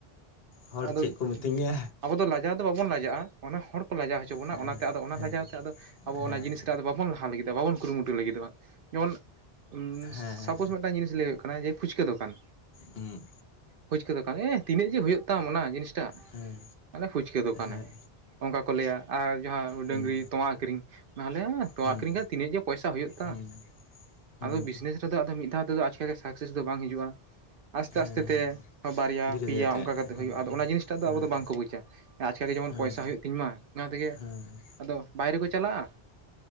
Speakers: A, on the left; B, on the right.
A: ᱦᱚᱲ
B: ᱟᱫᱚ,
A: ᱪᱮᱫ ᱠᱚ ᱢᱤᱛᱟᱹᱧᱟ
B: ᱟᱵᱚ ᱫᱚ ᱞᱟᱡᱟᱣ ᱫᱚ ᱵᱟᱵᱚᱱ ᱞᱟᱡᱟᱜᱼᱟ᱾ ᱚᱱᱟ ᱦᱚᱲ ᱠᱚ ᱞᱟᱡᱟᱣ ᱦᱚᱪᱚ ᱵᱚᱱᱟ
A: ᱦᱮᱸ
B: ᱚᱱᱟᱛᱮ ᱟᱫᱚ ᱚᱱᱟ
A: ᱦᱮᱸ
B: ᱞᱟᱡᱟᱣ ᱛᱮ ᱟᱫᱚ ᱟᱵᱚ
A: ᱦᱮᱸ
B: ᱚᱱᱟ ᱡᱤᱱᱤᱥ ᱨᱮ ᱟᱫᱚ ᱵᱟᱵᱚᱱ ᱞᱟᱦᱟ ᱞᱟᱹᱜᱤᱫᱚᱜ-ᱟ ᱵᱟᱵᱚᱱ ᱠᱩᱨᱩᱢᱩᱴᱩ ᱩᱴ ᱞᱟᱹᱜᱤᱫᱚᱜᱼᱟ, ᱡᱮᱢᱚᱱ ᱩᱸ
A: ᱦᱮᱸ
B: ᱥᱟᱯᱳᱡ ᱢᱤᱫᱴᱟᱝ ᱡᱤᱱᱤᱥ ᱞᱟᱹᱭ ᱦᱩᱭᱩᱜ ᱠᱟᱱᱟ ᱡᱮ ᱯᱷᱩᱪᱠᱟᱹ ᱫᱚᱠᱟᱱ,
A: ᱦᱩᱸ᱾
B: ᱯᱷᱩᱪᱠᱟᱹ ᱫᱚᱠᱟᱱ ᱮ ᱛᱤᱱᱟᱹᱜ ᱡᱮ ᱦᱩᱭᱩᱜ ᱛᱟᱢ ᱚᱱᱟ ᱡᱤᱱᱤᱥᱴᱟᱜ,
A: ᱦᱮᱸ
B: <inaudible> ᱯᱷᱩᱪᱠᱟᱹ ᱫᱚᱠᱟᱱᱟᱭ᱾
A: ᱦᱮᱸ
B: ᱚᱝᱠᱟ ᱠᱚ ᱞᱟᱹᱭᱟ ᱟᱨ ᱡᱟᱦᱟᱸ ᱰᱟᱹᱝᱨᱤ
A: ᱦᱩᱸ
B: ᱛᱳᱣᱟ ᱟᱹᱠᱷᱨᱤᱝ ᱚᱱᱟᱦᱚᱸ ᱞᱮᱭᱟ ᱛᱚᱣᱟ
A: ᱦᱩᱸ
B: ᱟᱹᱷᱨᱤᱝ ᱠᱟᱛᱮ ᱛᱤᱱᱟᱹᱜ ᱡᱮ ᱯᱚᱭᱥᱟ ᱦᱩᱭᱩᱜ ᱛᱟᱢ,
A: ᱦᱩᱸ
B: ᱟᱫᱚ
A: ᱦᱩᱸ
B: ᱵᱤᱥᱱᱮᱥ ᱨᱮᱫᱚ ᱟᱫᱚ ᱢᱤᱫ ᱫᱷᱟᱣ ᱛᱮᱫᱚ ᱟᱪᱠᱟ ᱜᱮ ᱥᱟᱠᱥᱮᱥ ᱫᱚ ᱵᱟᱝ ᱦᱤᱡᱩᱜᱼᱟ᱾ ᱟᱥᱛᱮ ᱟᱥᱛᱮ
A: ᱦᱮᱸ
B: ᱛᱮ
A: ᱦᱮᱸ
B: ᱦᱚᱸ ᱵᱟᱨᱭᱟ
A: ᱫᱷᱤᱨᱮ
B: ᱯᱤᱭᱟ
A: ᱫᱷᱤᱨᱮᱛᱮ
B: ᱚᱝᱠᱟ ᱠᱟᱛᱮ ᱦᱩᱭᱩᱜᱼᱟ
A: ᱦᱮᱸ
B: ᱟᱫᱚ ᱚᱱᱟ ᱡᱤᱱᱤᱥᱴᱟᱜ ᱫᱚ
A: ᱦᱮᱸ
B: ᱟᱵᱚ ᱫᱚ ᱵᱟᱝᱠᱚ ᱵᱩᱪᱟ᱾ ᱟᱪᱠᱟ ᱜᱮ ᱡᱮᱢᱚᱱ
A: ᱦᱮᱸ
B: ᱯᱚᱭᱥᱟ ᱦᱩᱭᱩᱜ ᱛᱤᱧ ᱢᱟ ᱚᱱᱟ ᱛᱮᱜᱮ
A: ᱦᱮᱸ
B: ᱟᱫᱚ ᱵᱟᱭᱨᱮ ᱠᱚ ᱪᱟᱞᱟᱜᱼᱟ᱾